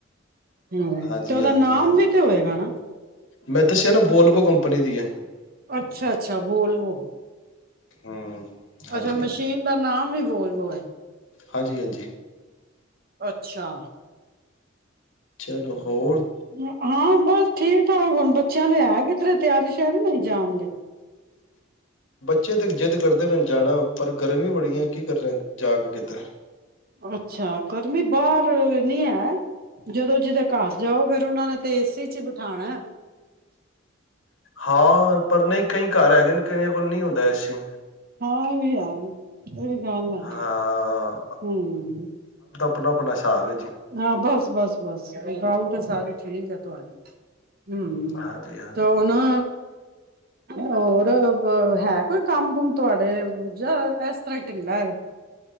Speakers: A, on the right; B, on the left.
A: ਹੂੰ
B: ਹਾਂਜੀ
A: ਤੇ ਉਹਦਾ
B: ਹਾਂਜੀ
A: ਨਾਮ
B: ਹਾਂਜੀ
A: ਵੀ ਤੇ ਹੋਏਗਾ ਨਾ
B: ਮੈਂ ਦੱਸਿਆ ਨਾ ਵੋਲਵੋ ਕੰਪਨੀ ਦੀ ਹੈ
A: ਅੱਛਾ ਅੱਛਾ ਬੋਲਵੋ।
B: ਹੂੰ। ਹਾਂਜੀ
A: ਅੱਛਾ ਮਸ਼ੀਨ
B: ਹਾਂਜੀ
A: ਦਾ ਨਾਮ ਵੀ ਬੋਲਵੋ ਐ।
B: ਹਾਂਜੀ ਹਾਂਜੀ।
A: ਅੱਛਾ।
B: ਚਲੋ ਹੋਰ
A: ਹਾਂ ਬਸ ਠੀਕ ਠਾਕ ਹੁਣ ਬੱਚਿਆਂ ਤੇ ਹੈ ਕਿਧਰੇ। ਤਿਆਰੇ ਸ਼ਿਆਰੇ ਨਹੀਂ ਜਾਣਦੇ।
B: <unintelligible> ਕਰਦੇ ਪਏ ਜਾਣਾ ਪਰ ਗਰਮੀ ਬੜੀ ਐ ਕਿ ਕਰ ਜਾ ਕੇ ਕਿੱਧਰ
A: ਅੱਛਾ ਗਰਮੀ ਬਾਹਰ ਨੀ ਐ। ਜਦੋਂ ਜਿਹਦੇ ਘਰ ਜਾਓ ਫੇਰ ਉਹਨਾ ਨੇ ਤੇ ਏਸੀ ਚ ਹੀ ਬਿਠਾਣਾ।
B: ਹਾਂ, ਪਰ ਨਹੀਂ ਕਈ ਘਰ ਹੈਗੇ ਕਈਆਂ ਕੋਲ ਨਹੀਂ ਹੁੰਦਾ ਏਸੀ।
A: ਹਾਂ, ਇਹ ਵੀ ਹੈ ਇਹ ਵੀ ਗੱਲ ਐ
B: ਹਾਂ।
A: ਹੂੰ।
B: ਆਪਣਾ ਆਪਣਾ ਸਾਬ ਐ। ਜੀ
A: ਹਾਂ, ਬਸ ਬਸ ਬਸ। ਗੱਲ ਤਾਂ ਸਾਰੀ ਠੀਕ ਆ ਤੁਹਾਡੀ। ਹੂੰ
B: ਹਾਂਜੀ-ਹਾਂਜੀ
A: ਤੋਂ ਨਾ। ਹੋਰ ਹੈ ਕੋਈ ਕੰਮ ਕੁਮ ਤੁਹਾਡੇ ਜਾਂ ਇਸ ਤਰ੍ਹਾਂ ਢਿੱਲਾ ਐ।